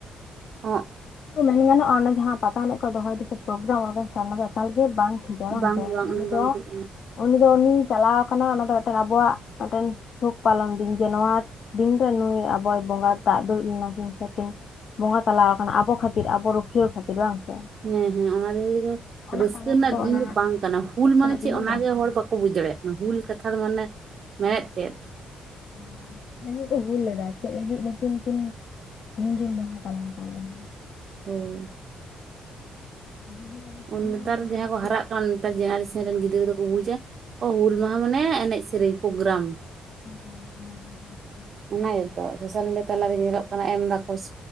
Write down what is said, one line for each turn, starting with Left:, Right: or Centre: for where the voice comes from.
Right: ᱚᱸ ᱦᱚᱸᱜ᱾
Left: ᱢᱮᱱ ᱜᱟᱱᱚᱜ-ᱟ᱾ ᱚᱱᱮ ᱡᱟᱦᱟᱸ ᱯᱟᱛᱟ ᱮᱱᱮᱡᱽ ᱠᱚ ᱫᱚᱦᱚᱭ ᱫᱚᱠᱚ ᱯᱨᱳᱜᱨᱟᱢ᱾ ᱟᱫᱚᱢ ᱴᱷᱮᱱ ᱚᱱᱟ ᱫᱚ ᱮᱠᱟᱞᱮ ᱵᱟᱝᱼᱼ ᱫᱟᱲᱟᱝ
Right: ᱵᱟᱝ
Left: ᱠᱟᱱᱟᱭ
Right: ᱵᱟᱝ ᱚᱱᱟ
Left: ᱾ᱩᱱᱤ
Right: ᱵᱟᱝ
Left: ᱫᱚᱼᱼ
Right: ᱴᱷᱤᱠ ᱠᱟᱱᱟ
Left: ᱩᱱᱤ ᱫᱚ ᱩᱱᱤ ᱪᱟᱞᱟᱣ ᱠᱟᱱᱟ᱾ ᱚᱱᱟ ᱫᱚ ᱢᱤᱫᱴᱮᱱ ᱟᱵᱚᱣᱟᱜ, ᱢᱤᱫᱴᱮᱱ ᱥᱩᱠ ᱯᱟᱞᱚᱱ ᱫᱤᱱ ᱜᱮ ᱱᱚᱣᱟᱼᱼ ᱫᱤᱱ ᱫᱚ ᱱᱩᱭ, ᱟᱵᱚᱭ ᱵᱚᱸᱜᱟ ᱫᱟᱜ ᱫᱩᱲᱩᱵ ᱞᱮᱱᱟ ᱠᱤᱱ ᱥᱮ <unintelligible> ᱠᱤᱱ ᱵᱚᱸᱜᱟ ᱛᱟᱞᱟ᱾ ᱠᱷᱟᱹᱛᱤᱨ᱾ ᱟᱵᱚ ᱨᱩᱠᱷᱤᱭᱟᱹ ᱠᱷᱟᱹᱛᱤᱨ ᱵᱟᱝ ᱥᱮ᱾
Right: ᱦᱮᱸ, ᱦᱮᱸ, ᱚᱱᱟ ᱫᱤᱱ ᱨᱮᱜᱮᱼᱼ
Left: ᱚᱱᱟ
Right: ᱨᱟᱹᱥᱠᱟᱹ
Left: ᱛᱟᱞᱟ
Right: ᱨᱮᱱᱟᱜ
Left: ᱨᱮᱫᱚ
Right: ᱫᱤᱱ
Left: ᱚᱱᱟ
Right: ᱫᱚ ᱵᱟᱝ ᱠᱟᱱᱟ᱾ ᱦᱩᱞ
Left: ᱨᱟᱹᱥᱠᱟᱹᱱᱟᱜ
Right: ᱢᱟᱱᱮ ᱪᱮᱫ
Left: ᱫᱤᱱ ᱫᱚ
Right: ᱚᱱᱟᱜᱮ
Left: ᱵᱟᱝ
Right: ᱦᱚᱲ ᱵᱟᱠᱚ ᱵᱩᱡᱽ ᱫᱟᱲᱮᱭᱟᱜᱼᱼ ᱦᱩᱞ ᱠᱟᱛᱷᱟ ᱫᱚ ᱢᱟᱱᱮ ᱢᱮᱱᱮᱫ ᱪᱮᱫᱼᱼ
Left: <unintelligible> ᱦᱩᱞ ᱞᱮᱫᱟ᱾ ᱪᱮᱫ ᱞᱟᱹᱜᱤᱫ ᱱᱩᱠᱤᱱ ᱠᱤᱱ, ᱛᱤᱦᱤᱧ ᱠᱤᱧ ᱵᱚᱸᱜᱟ ᱛᱟᱞᱟ ᱟᱠᱟᱱ ᱛᱟᱦᱮᱸ᱾
Right: ᱦᱳᱭ᱾
Left: <inaudible>
Right: ᱩᱱ ᱱᱮᱛᱟᱨ
Left: ᱵᱚᱱ ᱧᱟᱢ
Right: ᱡᱟᱦᱟᱸ
Left: ᱞᱮᱫ
Right: ᱠᱚ
Left: ᱛᱮ
Right: ᱦᱟᱨᱟᱜᱼᱼ ᱱᱮᱛᱟᱨ ᱡᱮᱱᱟᱨᱮᱥᱮᱱ ᱨᱮᱱ ᱜᱤᱫᱽᱨᱟᱹ ᱫᱚ ᱠᱚ ᱵᱩᱡᱼᱟ᱾ ᱳ ᱦᱩᱞ ᱢᱟᱦᱟ ᱢᱟᱱᱮ ᱮᱱᱮᱡᱽ ᱥᱮᱨᱮᱧ ᱯᱳᱜᱨᱟᱢ᱾
Left: <inaudible>
Right: ᱚᱱᱟ ᱜᱮᱛᱚ᱾ ᱥᱳᱥᱟᱞ ᱢᱤᱰᱤᱭᱟ ᱛᱟᱞᱟᱨᱮ ᱧᱮᱞᱚᱜ ᱠᱟᱱᱟ ᱮᱢ ᱫᱟᱠᱚ᱾